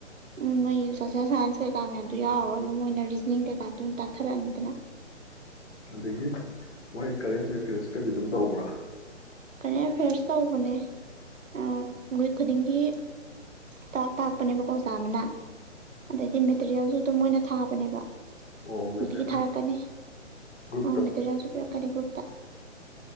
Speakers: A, on the right (about 80°); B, on the left (about 65°).
A: ꯎꯝ ꯅꯣꯏ ꯁꯣꯁꯦꯜ ꯁꯥꯏꯟꯁ ꯀꯩꯀꯥ ꯃꯌꯥꯝꯗꯨꯣ ꯌꯥꯎꯔꯔꯣꯏꯕ ꯃꯣꯏꯅ ꯔꯤꯖꯅꯤꯡ ꯀꯩꯀꯥ ꯇꯅ ꯇꯥꯛꯊꯔꯛꯑꯅꯤꯗꯅ
B: ꯑꯗꯒꯤ ꯃꯣꯏ ꯀꯔꯦꯟꯁ ꯑꯦꯐꯤꯌꯔꯁꯀꯗꯤ ꯑꯗꯨꯝ ꯇꯧꯕ꯭ꯔꯥ
A: ꯀꯔꯤꯟ ꯑꯦꯐꯤꯌꯔꯁ ꯇꯧꯕꯅꯦ ꯑ ꯋꯤꯛ ꯈꯨꯗꯤꯡꯒꯤ ꯇꯛ ꯇꯥꯛꯄꯅꯦꯕꯀꯣ ꯑꯣꯖꯥ ꯑꯃꯅ ꯑꯗꯩꯗꯤ ꯃꯦꯇꯔꯤꯌꯦꯜꯁꯨ ꯑꯗꯨꯝ ꯃꯣꯏꯅ ꯊꯥꯕꯅꯦꯕ
B: ꯑꯣ
A: ꯅꯨꯡꯇꯤꯒꯤ
B: ꯃꯦꯇꯔ
A: ꯊꯥꯔꯛꯀꯅꯤ
B: ꯒ꯭ꯔꯨꯞꯇ
A: ꯎꯝ ꯃꯦꯇꯔꯤꯌꯦꯜꯁꯨ ꯄꯤꯔꯛꯀꯅꯤ ꯒ꯭ꯔꯨꯞ